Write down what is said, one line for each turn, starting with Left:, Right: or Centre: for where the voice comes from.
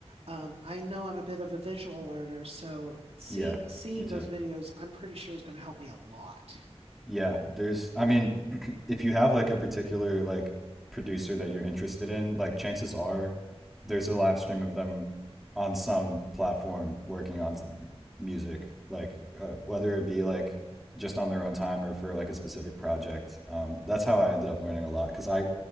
Right: Um, I know I'm a bit of a visual learner, so see,
Centre: yeah,
Right: seeing
Centre: me too.
Right: those videos, I'm pretty sure is going to help me a lot.
Centre: Yeah, there's I mean, <clears throat> if you have like a particular like producer that you're interested in, like chances are there's a live stream of them on some platform working on s- music, like uh, whether it be like just on their own time or for like a specific project. Um, that's how I ended up learning a lot because I